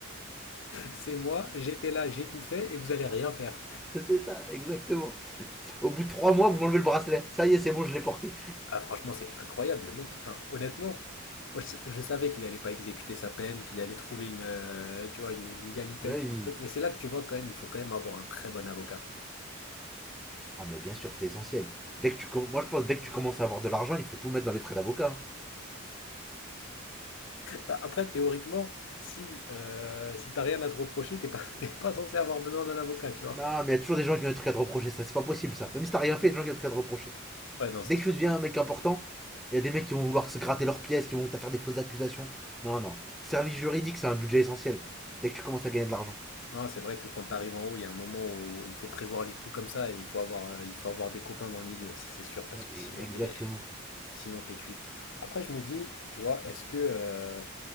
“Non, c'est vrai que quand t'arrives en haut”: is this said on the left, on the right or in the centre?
Left